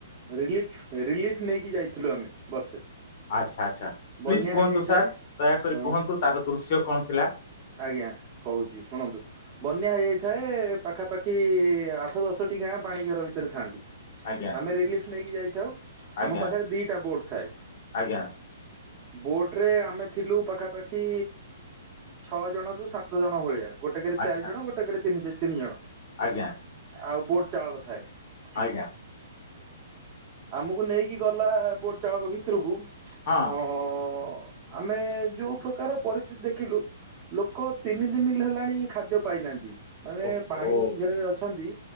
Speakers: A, on the right (about 30°); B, on the left (about 50°).
A: ରିଲିଫ୍, ରିଲିଫ୍ ନେଇକି ଯାଇଥିଲୁ ଆମେ ବର୍ଷେ।
B: ଆଚ୍ଛା, ଆଚ୍ଛା
A: ବନ୍ୟା
B: ପ୍ଲିଜ୍ କୁହନ୍ତୁ
A: ହେଇଯାଇଥାଏ
B: ସାର୍ ଦୟାକରି
A: ଅ
B: କୁହନ୍ତୁ ତାର ଦୃଶ୍ୟ କଣ ଥିଲା।
A: ଆଜ୍ଞା କହୁଛି ଶୁଣନ୍ତୁ। ବନ୍ୟା ହେଇଯାଇଥାଏ ପାଖାପାଖି ଆଠ ଦଶଟି ଗାଁ ପାଣି ଘେର ଭିତରେ ଥାଆନ୍ତି।
B: ଆଜ୍ଞା
A: ଆମେ ରିଲିଫ୍ ନେଇକି ଯାଇଥାଉ
B: ଆଜ୍ଞା
A: ଆମ ପାଖରେ ଦିଟା ବୋଟ ଥାଏ।
B: ଆଜ୍ଞା
A: ବୋଟ୍ ରେ ଆମେ ଥିଲୁ ପାଖାପାଖି ଛଅ ଜଣ ରୁ ସାତ ଜଣ ଭଳିଆ ଗୋଟେକେରେ
B: ଆଚ୍ଛା
A: ଚାରି ଜଣ ଗୋଟେକେରେ ତିନି, ତିନି ଜଣ।
B: ଆଜ୍ଞା।
A: ଆଉ ବୋଟ୍ ଚାଳକ ଥାଏ।
B: ଆଜ୍ଞା।
A: ଆମକୁ ନେଇକି ଗଲା ବୋଟ୍ ଚାଳକ ଭିତୁରୁକୁ ଅଁ-ଅଁ-ଅଁ
B: ହଁ
A: ଆମେ ଯୋଉ ପ୍ରକାର ପରିସ୍ଥିତି ଦେଖିଲୁ ଲୋକ ତିନି ଦିନିଲି ହେଲାଣି ଖାଦ୍ୟ ପାଇନାହାନ୍ତି। ମାନେ
B: ଓହୋ
A: ପାଣି ଘେରେରେ ଅଛନ୍ତି